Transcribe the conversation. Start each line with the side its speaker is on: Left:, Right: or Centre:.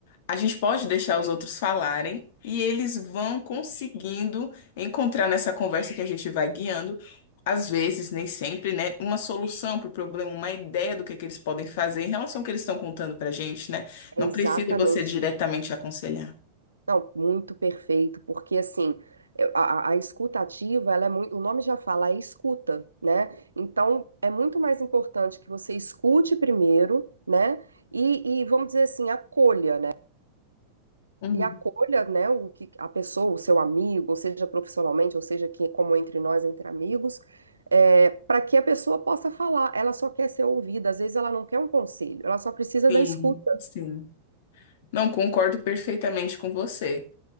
Left: a gente pode deixar os outros falarem e eles vão conseguindo encontrar nessa conversa que a gente vai guiando, às vezes, nem sempre, né, uma solução para o problema, uma ideia do que é que eles podem fazer em relação ao que eles estão contando para gente, né?
Right: É
Left: Não
Right: exatamente
Left: precisa você diretamente
Right: isso.
Left: aconselhar.
Right: Não, muito perfeito, porque assim, eu- a, a a escutativa, ela é muito, o nome já fala, é escuta, né? Então, é muito mais importante que você escute primeiro, né? E, e vamos dizer assim, acolha, né?
Left: Uhum.
Right: E acolha, né, o que a pessoa, o seu amigo, ou seja profissionalmente, ou seja que como entre nós, entre amigos, para que a pessoa possa falar. Ela só quer ser ouvida, às vezes ela não quer um conselho, ela só precisa
Left: Sim,
Right: da escuta.
Left: sim. Não concordo perfeitamente com você.